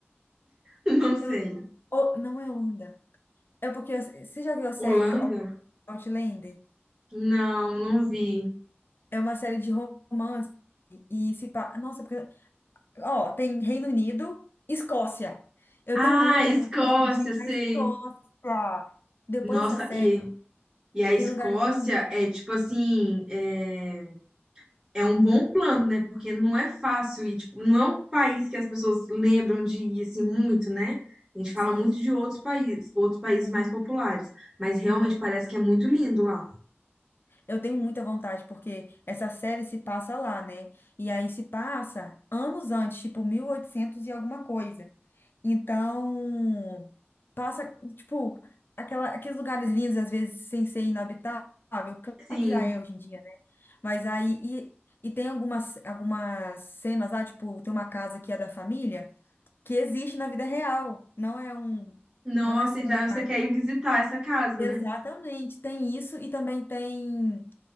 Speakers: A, on the right (about 15°); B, on the left (about 55°).
A: Não sei.
B: Eu- ou- Não é onda. É porque você já viu a série
A: Holanda?
B: Out- Outlander?
A: Não, não vi.
B: É uma série de romance e se pa... Nossa, porque... Ó, tem Reino Unido, Escócia. Eu
A: Ah,
B: tenho muita
A: Escócia,
B: vontade de ir
A: sei.
B: na Escócia. Depois
A: Nossa,
B: dessa série,
A: e, e a Escócia
B: tem lugares tão lindos.
A: é tipo assim, é, é um bom plano, né? Porque não é fácil e tipo, não é um país que as pessoas lembram de ir assim muito, né? A gente fala
B: Sim.
A: muito de outros países, outros países mais populares, mas realmente
B: Aham.
A: parece que é muito lindo lá.
B: Eu tenho muita vontade, porque essa série se passa lá, né? E aí se passa anos antes, tipo 1800 e oitocentos e alguma coisa. Então, passa, tipo, aquela, aqueles lugares lindos, às vezes, sem ser inabitável. Claro
A: Sim.
B: que já é hoje em dia, né? Mas aí, e, e tem algumas, algumas cenas lá, tipo, tem uma casa que é da família, que existe na vida real, não é um,
A: Nossa,
B: não é cenário.
A: então você quer ir visitar essa casa,
B: Exatamente,
A: né?
B: tem isso e também tem